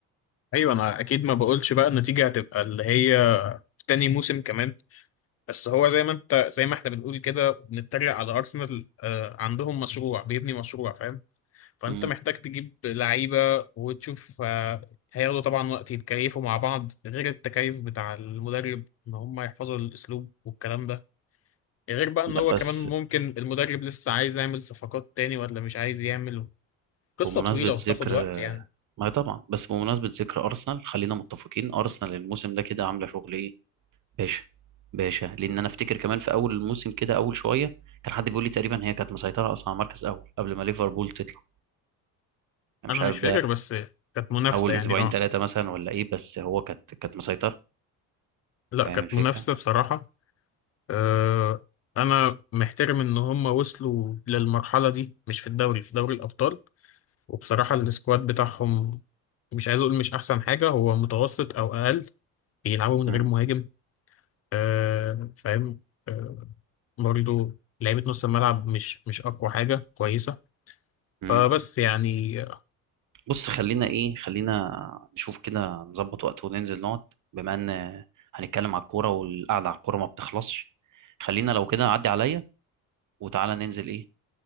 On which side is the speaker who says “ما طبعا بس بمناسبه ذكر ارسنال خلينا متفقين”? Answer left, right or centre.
Right